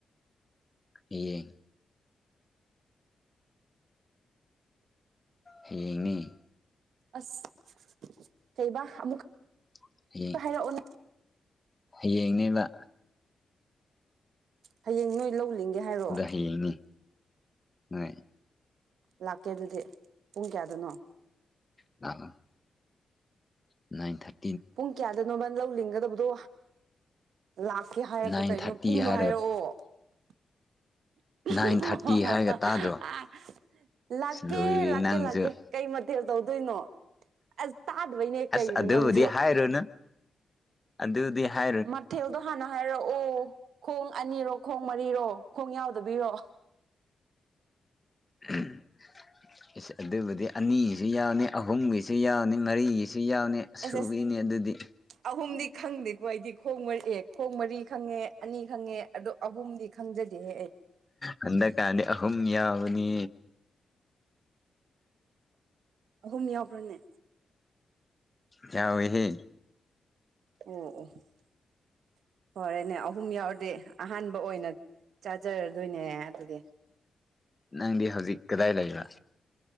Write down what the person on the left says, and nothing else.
ꯍꯥꯌꯦꯡ ꯍꯥꯌꯦꯡꯅꯦ
<unintelligible>
ꯍꯌꯦꯡꯅꯦꯕ
ꯍꯌꯦꯡꯅꯤ ꯅ‌ꯣꯏ
ꯂꯥꯑꯣ ꯅꯥꯏꯟ ꯊꯔ
ꯅꯥꯏꯟ
ꯊꯥꯔꯇꯤ
ꯍꯥꯏꯔꯒ
ꯅꯥꯏꯟ ꯊꯥꯔꯇꯤ ꯍꯥꯏꯔꯒ ꯇꯥꯗ꯭ꯔꯣ
ꯑꯁ ꯂꯣꯏꯔꯦ
ꯅꯪꯁꯨ
ꯑꯁ
ꯑꯗꯨꯕꯨꯗꯤ
ꯍꯥꯏꯔꯨꯅꯨ ꯑꯗꯨꯗꯤ ꯍꯥꯏ
<unintelligible> ꯏꯁ ꯑꯗꯨꯕꯨꯗꯤ ꯑꯅꯤꯒꯤꯖꯨ ꯌꯥꯎꯅꯤ ꯑꯍꯨꯝꯒꯤꯁꯨ ꯌꯥꯎꯅꯤ ꯃꯔꯤꯒꯤꯁꯨ ꯌꯥꯎꯅꯤ
ꯑꯁ ꯁꯨꯋꯤꯅ‌ꯦ
ꯑꯗꯨꯗꯤ
ꯍꯟꯗꯛꯀꯥꯟꯗꯤ ꯑꯍꯨꯝ ꯌꯥꯎꯒꯅꯤ
ꯌꯥꯎꯋꯦꯍꯦ
ꯅꯪꯗꯤ ꯍꯧꯖꯤꯛ ꯀꯗꯥꯏ ꯂꯩꯕ